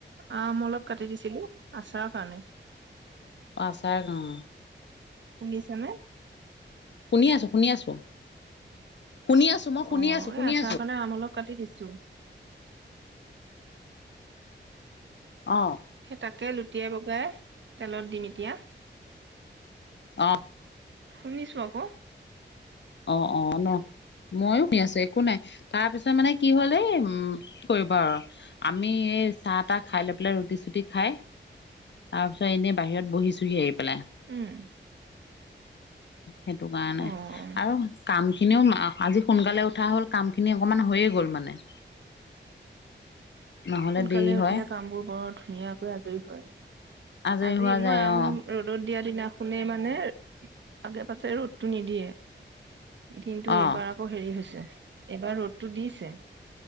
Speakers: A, on the right (about 70°); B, on the left (about 65°).
A: আম অলপ কাটি দিছিলো আচাৰৰ কাৰণে
B: অঁ আচাৰ অহ।
A: শুনিছা নে?
B: শুনি আছোঁ শুনি আছোঁ শুনি আছোঁ। মই শুনি
A: অ
B: আছোঁ,
A: এই
B: শুনি
A: আচাৰ
B: আছোঁ
A: কাৰণে আম অলপ কাটি দিছো।
B: অঁ।
A: সেই তাকে লুটিয়াই বগৰাই তেলত দিম এতিয়া।
B: অঁ।
A: শুনিছো আক'।
B: অঁ অঁ ন মইয়ো শুনি আছো একো নাই তাৰ পিছত মানে কি হল এ উম কি কৰিব আৰু আমি এই চাহ তাহ খাই লৈ পেলাই ৰুটি চুটি খাই তাৰ পিছত এনেই বাহিৰত বহিছোহি আহি পেলাই।
A: উম।
B: সেইটো কাৰণে
A: অ
B: আৰু কাম খিনিও আজি সোনকালে উঠা হ'ল কামখিনি অকণমান হৈয়ে গ'ল মানে নহলে
A: সোনকালে
B: দেৰি
A: উঠিলে
B: হয়
A: কাম বোৰ বৰ ধুনীয়াকৈ আজৰি হয়।
B: আজৰি
A: আজি
B: হোৱা
A: মই
B: যায়
A: আম
B: অ
A: ৰ'দত দিয়া দিনাখনেই মানে আগে পাছে ৰ'দটো নিদিয়ে কিন্তু
B: অ
A: এইবাৰ আকৌ হেৰি হৈছে এইবাৰ ৰ'দটো দিছে।